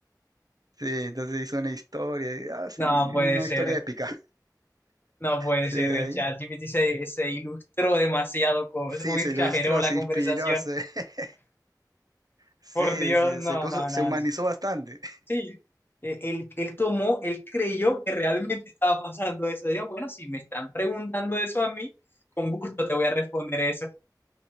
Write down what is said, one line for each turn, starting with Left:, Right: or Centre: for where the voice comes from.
Right: Sí, entonces hizo una historia, y, ah, sí,
Left: No puede
Right: una
Left: ser.
Right: historia épica.
Left: No puede
Right: Sí,
Left: ser. el
Right: ahí.
Left: ChatGPT se, se ilustró demasiado. Con,
Right: Sí,
Left: uy,
Right: se
Left: exageró
Right: ilustró,
Left: la
Right: se
Left: conversación.
Right: inspiró, se, <laughs> sí,
Left: Por Dios,
Right: sí,
Left: no,
Right: se puso,
Left: no,
Right: se
Left: no,
Right: humanizó
Left: no.
Right: bastante.
Left: Sí. Eh, Él, él tomó, él creyó que realmente estaba pasando eso. Digo, bueno, si me están preguntando eso a mí, con gusto te voy a responder eso.